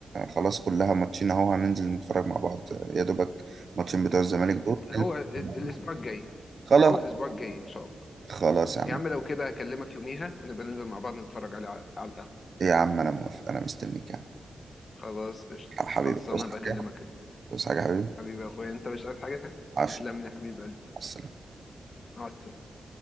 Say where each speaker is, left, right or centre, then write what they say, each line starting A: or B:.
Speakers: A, on the right; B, on the left.
A: خلاص كلها ماتشين أهو هننزل نتفرج مع بعض يا دوبك ماتشين بتوع الزمالك دول
B: هو
A: ننزل
B: ال-
A: مع
B: الاسبوع
A: بعض.
B: الجاي
A: خلاص
B: ما هو الاسبوع الجاي ان شاء الله
A: خلاص يا عم
B: يا عم لو كده هكلمك يوميها ونبقى ننزل مع بعض نتفرج على على القهوه
A: إيه يا عم أنا موافق أنا مستنيك يا عم
B: خلاص قشطه
A: حبيبي
B: خلصانه
A: توصل
B: بكلمك
A: حاجة
B: يوميها
A: توصل حاجة يا حبيبي
B: حبيبي يا اخويا انت مش عايز حاجه
A: عشرة
B: تسلم لي حبيب قلبي
A: مع السلامة
B: مع السلامه